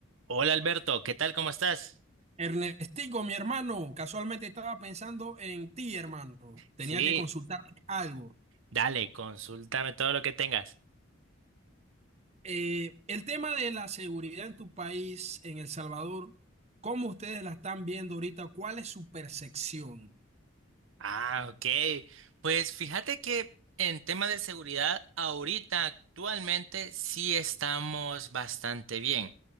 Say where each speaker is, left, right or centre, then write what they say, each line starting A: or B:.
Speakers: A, on the right; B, on the right.
A: Hola Alberto, ¿qué tal? ¿Cómo estás?
B: Ernestico, mi hermano, casualmente estaba pensando en ti, hermano. Tenía
A: Sí,
B: que consultarte algo.
A: dale, consúltame todo lo que tengas.
B: Eh, el tema de la seguridad en tu país, en El Salvador, ¿cómo ustedes la están viendo ahorita? ¿Cuál es su percepción?
A: Ah, ok. Pues fíjate que en tema de seguridad, ahorita actualmente sí estamos bastante bien.